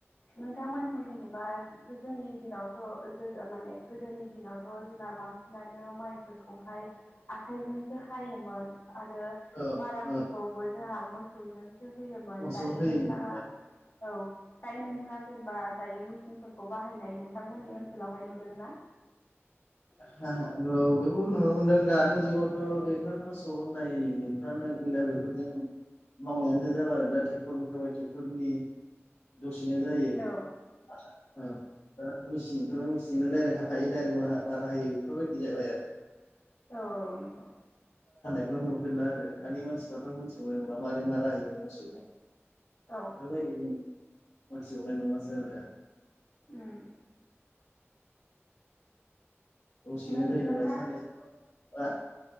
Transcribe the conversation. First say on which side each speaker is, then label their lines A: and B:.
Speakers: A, on the left; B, on the left.
A: नोंथांमोनथिं जेनेबा जोंनि दिनावथ' जो माने गोदोनि दिनावथ' जोंना बांसिनानो माइफोरखौहाय आखाइजोंसो हायोमोन आरो
B: औ
A: माराफोरखौबो
B: औ
A: जोंहा मोसौजोंसो होयो
B: मोसौ
A: दायो
B: होयोमोन
A: नोंथाङा औ दायो नोंथाङा जेनेबा दायो मेसिनफोरखौ बाहायनाय नोंथांमोननि ओनसोलावहाय नुदोंना <inaudible>
B: हो-हो ओ बे बेखौ नुनो मोनदों दानि जुगावथ' बेफोर मोसौ होननायफ्रानो गैला आरो बेफोरजों मावनायानो जाला आरो दा ट्रेक्टरखाय ट्रेक्टरनि दसेनो जायो
A: औ
B: औ ओ मेसिन ओंखारबाय मेसिनजोंनो डायरेक्ट हाखायो डाइरेक्ट बारा हायो बेफोरबायदि जाबाय आरो।
A: औ नंगौ।
B: बे नुफेरला आरो दानि मानसिफ्राथ' मोनथिनाय नंला मारै होयो मोसौजों।
A: औ
B: दाबायदि मोनथिनाय नंलासो आरो दा
A: उम।
B: दसेनो
A: नों
B: जायो
A: नोंथां
B: नालाय साननै सानथाम आ